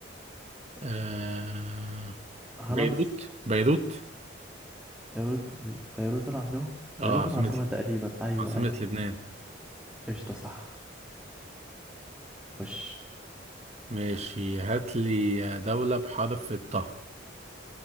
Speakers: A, on the right; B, in the centre.
A: آه
B: خلاص
A: بيروت بيروت
B: بيروت بيروت العاصمة
A: اه
B: بيروت
A: عاصمة
B: العاصمة تقريبا أيوة
A: عاصمة
B: أيوة
A: لبنان
B: قشطة صح خش
A: ماشي هات لي دولة بحرف الطاء